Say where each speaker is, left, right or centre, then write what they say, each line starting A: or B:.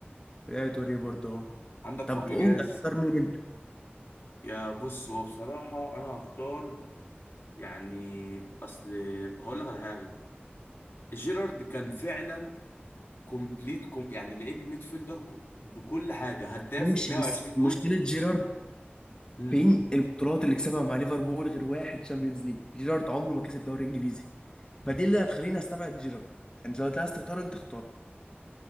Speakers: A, on the left (about 25°); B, on the left (about 70°).
A: ريال توريه برضه اهو
B: عندك
A: طب
B: فابريجاز
A: قول هتختار مين انت
B: يا بص هو بصراحة أنا هختار يعني أصل هقول لك على حاجة جيرارد كان فعلا كومبليت كوم يعني لعيب ميدفيلدر ك- بكل حاجة هداف
A: ماشي
B: 120
A: بس
B: جول
A: مشكلة جيرارد
B: مم.
A: فين البطولات اللي كسبها مع ليفربول غير واحد شامبيونز ليج جيرارد عمره ما كسب دوري انجليزي فدي اللي هتخليني استبعد جيرارد انت لو عايز تختار انت اختار